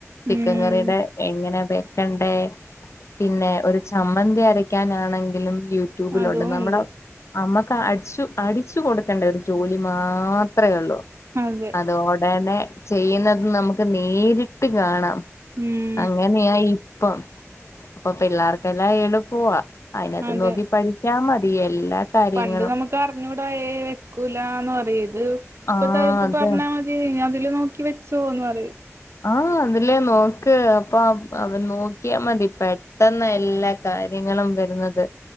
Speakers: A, on the left (about 65°); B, on the right (about 60°).
A: ചിക്കൻ
B: ഉം
A: കറിയുടെ എങ്ങനെ വെക്കണ്ടേ പിന്നെ ഒരു ചമ്മന്തി അരക്കാനാണെങ്കിലും യ ട്യൂബിലുണ്ട്
B: അതും
A: നമ്മള്
B: ഉണ്ട്
A: നമ്മക്ക് അടിച്ചു അടിച്ചു കൊടുക്കണ്ട ഒരു ജോലി മാത്രമേ ഉള്ളൂ
B: അതെ
A: അതോടനെ ചെയ്യുന്നത് നമുക്ക് നേരിട്ട് കാണാം
B: ഉം
A: അങ്ങനയാ ഇപ്പം അപ്പൊ പിള്ളേർക്കെല്ലാം എളുപ്പവാ അതിനകത്ത്
B: അതെ
A: നോക്കി പഠിച്ചാ മതി എല്ലാ കാര്യങ്ങളും
B: പണ്ട് നമുക്ക് അറിഞ്ഞൂടായ വെക്കൂലന്ന് പറ ഇത് ഇപ്പ
A: ആഹ്
B: തപ്പ
A: അതെ
B: പറഞ്ഞാ അതില് നോക്കി വെച്ചുന്ന് പറയും
A: ആഹ് അതിലേ നോക്ക് അപ്പൊ അവ നോക്കിയാ മതി പെട്ടെന്ന് എല്ലാ കാര്യങ്ങളും വരുന്നത്